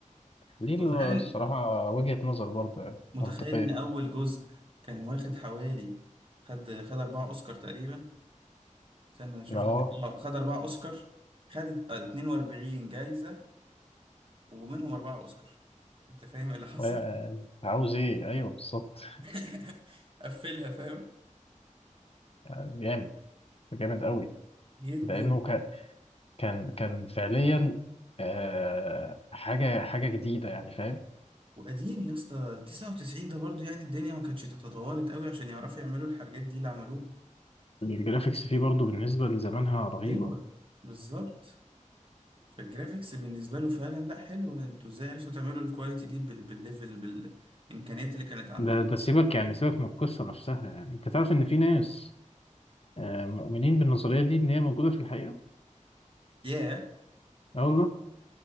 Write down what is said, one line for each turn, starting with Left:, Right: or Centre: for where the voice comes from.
Left: دي
Right: وتخيل
Left: الصراحة
Right: إن-
Left: وجهة نظر برضه يعني
Right: متخيل
Left: منطقية
Right: ان اول جزء كان واخد حوالي خد خد اربعة اوسكار تقريبا استنى اشوف
Left: اه
Right: لك اه خد اربعة اوسكار خد 42 جايزة ومنهم اربعة اوسكار انت فاهم اللي حصل
Left: يعني عاوز ايه ايوه بالظبط
Right: <laughs> قفلها فاهم
Left: جامد جامد قوي
Right: جدا
Left: لانه ك... كان كان فعليا آه حاجة حاجة جديدة يعني فاهم
Right: وقديم يا اسطى 99 ده برضو يعني الدنيا ما كانتش تتطورت قوي عشان يعرفوا يعملوا الحاجات دي اللي عملوها
Left: الجرافيكس فيه برضه بالنسبة لزمانها رهيبة
Right: ايوه بالظبط فالجرافيكس بالنسبه له فعلا لا حلو انتوا ازاي عرفتوا تعملوا الكواليتي دي بال- بالليفل بالامكانيات اللي كانت عندكم
Left: ده ده سيبك يعني سيبك من القصة نفسها يعني انت تعرف ان في ناس آه مؤمنين بالنظرية دي ان هي موجودة في الحقيقة
Right: ياه
Left: اه والله